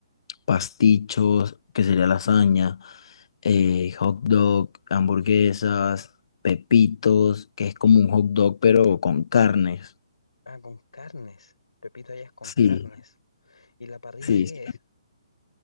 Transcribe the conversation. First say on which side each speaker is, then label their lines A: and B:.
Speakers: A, on the left (about 55°); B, on the left (about 75°).
A: pastichos, que sería lasaña, eh, hot dog, hamburguesas, pepitos, que es como un hot dog pero con carnes.
B: Claro. Ah, con carnes. Repito, allá es con
A: Sí,
B: carnes. ¿Y la parrilla
A: sí.
B: qué
A: sí.
B: es?